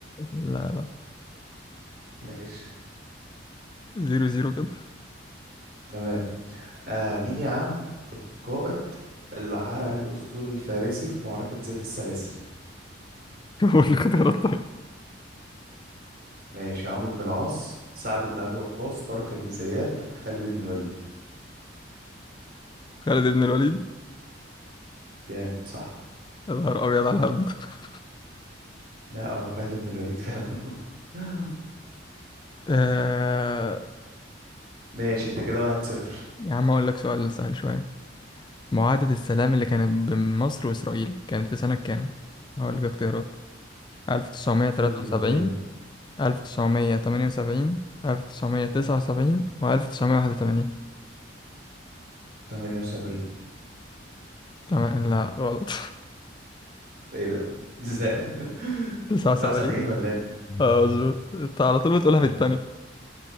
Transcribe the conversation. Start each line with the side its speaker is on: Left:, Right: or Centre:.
Left: لا لا
Right: <laughs> ماشي
Left: زيرو زيرو كده <laughs>
Right: تمام آه مين يا عم قائد اللي حرق الاسطول الفارسي في معركة ذات السلاسل
Left: شوفوا الاختيارات طيب
Right: ماشي عمرو بن العاص سعد بن ابي وقاص طارق بن زياد خالد بن الوليد
Left: خالد بن الوليد
Right: جامد صح
Left: يا نهار أبيض على الهبد <laughs>
Right: لا هو خالد بن الوليد فعلا <laughs>
Left: آه...
Right: ماشي انت كده واحد صفر
Left: يا عم أقول لك سؤال سهل شوية معاهدة السلام اللي كانت بين مصر وإسرائيل كانت في سنة كام؟ هقول لك اختيارات 1973
Right: قول لي الاختيارات
Left: 1978 1979 و1981
Right: 78
Left: تمام لا غلط
Right: ايه ده ازاي
Left: <laughs>
Right: <laughs>
Left: 79
Right: 79 ولا ايه
Left: اه مظبوط انت على طول بتقولها في التانية